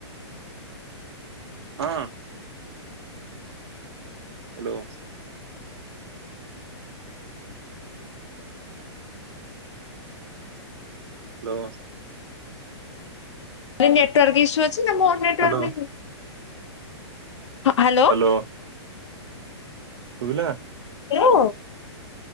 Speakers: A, on the right (about 60°); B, on the left (about 75°).
A: ହଁ। ହ୍ୟାଲୋ। ହ୍ୟାଲୋ।
B: ଭାଇ ନେଟୱାର୍କ ଇସୁ ଅଛି ନା ମୋର ନେଟୱାର୍କ
A: ହ୍ୟାଲୋ
B: ନାହିଁ। ହ ହ୍ୟାଲୋ।
A: କୁହ। ଶୁଭିଲା?
B: ହ୍ୟାଲୋ।